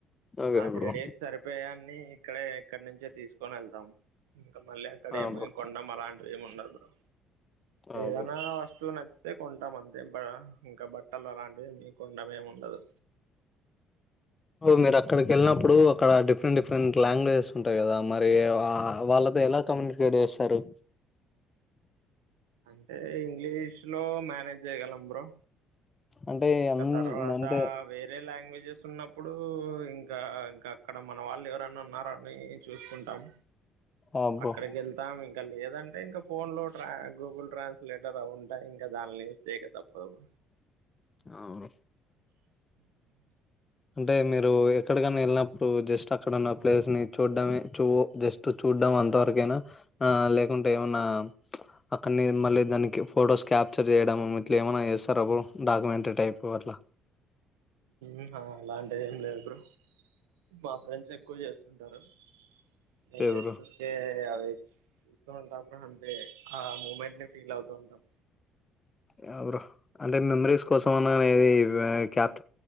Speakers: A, on the left; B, on the right.
A: అదే
B: ఆ త్రీ
A: బ్రో
B: డేస్ సరిపోయాన్ని ఇక్కడే ఇక్కడ నుంచే తీసుకొని వెళ్తాం మళ్ళా అక్కడ
A: ఆ
B: ఏమి
A: బ్రో
B: కొనడం అలాంటి ఏమన్నారు బ్రో
A: ఆ
B: ఏదన్నా
A: బ్రో
B: వస్తువు నచ్ అదే కొంటాం అంతే ఇంకా బట్టలు అలాంటివి ఏమి కొనడం ఏమి ఉండదు
A: మీరు అక్కడికి వెళ్ళినప్పుడు అక్కడ డిఫరెంట్ డిఫరెంట్ లాంగ్వేజెస్ ఉంటాయి కదా మరి ఆ వాళ్ళతో ఎలా కమ్యూనికేట్ చేస్తారు.
B: అంటే ఇంగ్లీష్ లో మేనేజ్ చేయగలం బ్రో
A: అంటే
B: ఇంకా
A: అన్
B: తర్వాత
A: అంటే
B: వేరే లా గ్వేజెస్ ఉన్నప్పుడు ఇంకా ఇంకా అక్కడ మన వాళ్ళు ఎవరన్న ఉన్నార అని చూసుకుంటాం.
A: ఆ బ్రో
B: అక్కడికి వెళ్తాము ఇంకా లేదంటే ఇంకా ఫోన్ లో ట్రా గూగుల్ ట్రాన్స్లేటర్ అవి ఉంటాయి ఇంకా దాని యూజ్ చేయక తప్పదు
A: అవును
B: <inaudible>
A: అంటే మీరు ఎక్కడికన్నా వెళ్ళినప్పుడు జస్ట్ అక్కడ ఉన్న ప్లేస్ ని చూడ్డమే చూ జస్ట్ చూడం అంతవరకైనా లేకుంటే ఏమన్నా ఉంచ అక్కడని మళ్ళీ దానికి ఫొటోస్ క్యాప్చర్ చేయడం ఇట్లా ఏమైనా చేస్తారా బ్రో అప్పుడు డాక్యుమెంటరీ టైప్ అట్లా
B: ఉహా అలాంటిది ఏం లేదు బ్రో మా ఫ్రెండ్స్ ఎక్కువ చేస్తుంటారు నేను
A: ఏ
B: జస్ట్
A: బ్రో
B: ఊరికే అవి ఉంటాం అంటే బ్రో ఆ మూమెంట్ ని ఫీల్ అవుతూ ఉంటాం
A: యా బ్రో అంటే మెమరీస్ కోసం అనేది కాప్